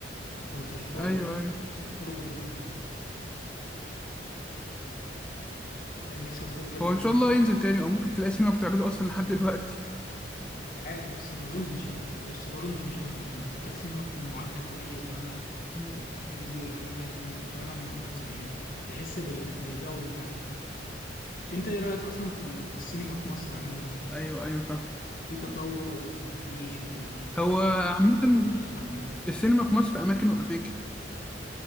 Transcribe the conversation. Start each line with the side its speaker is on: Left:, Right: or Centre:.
Left: ما كنتش فاضي
Centre: ايوه
Left: بس
Centre: ايوه
Left: نفسي أدخله جدا يعني كان نفسي أدخله جدا
Centre: هو ان شاء الله ينزل تاني او ممكن تلاقي سينما بتعرضه اصلا لحد دلوقتي
Left: مش عارف بس ما اظنش يعني بس برضه انت مش مع... يعني محتاج سينما تكون معدة كويس بقى
Centre: مم.
Left: تبقى 3 دي والحاجات دي عشان يبقى فعلا متص... يعني تحس بال... بالجودة فعلا انت ايه رأيك اصلا في ال... في السينما في مصر عموما
Centre: ايوه
Left: يعني
Centre: ايوه فاهم
Left: في تطور ولا مفيش ولا
Centre: هو عامة
Left: زي ما احنا
Centre: السينما في مصر أماكن وأماكن